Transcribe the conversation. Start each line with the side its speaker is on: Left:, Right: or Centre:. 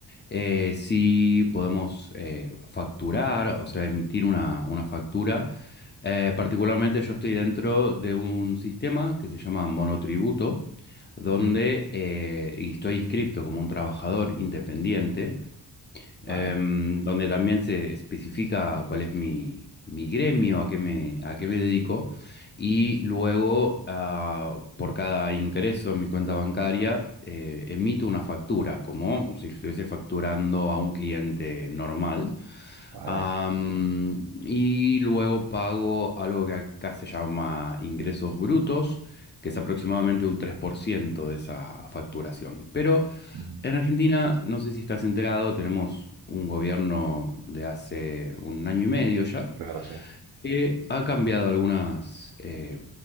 Left: Eh, sí podemos eh, facturar, o sea, emitir una, una factura. Eh, particularmente yo estoy dentro de un sistema que se llama monotributo, donde
Right: Ujú,
Left: eh, y estoy inscripto como un trabajador independiente
Right: Vale,
Left: em, donde también se especifica cuál es mi, mi gremio, a qué me, a qué me dedico, y luego ah, por cada ingreso en mi cuenta bancaria eh, emito una factura, como si estuviese facturando a un cliente normal.
Right: vale.
Left: Am, y luego pago algo que acá se llama ingresos brutos, que es aproximadamente un 3% de esa facturación. Pero
Right: ujú,
Left: en Argentina, no sé si estás enterado, tenemos un gobierno de hace un año y medio ya,
Right: Claro, sí.
Left: que ha cambiado algunas eh,